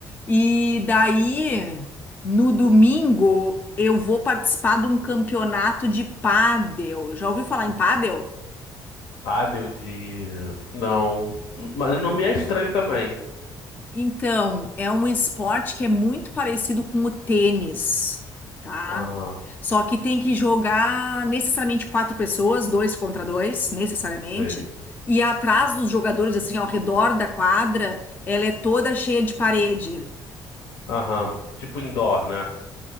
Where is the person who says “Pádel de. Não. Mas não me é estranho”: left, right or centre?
Left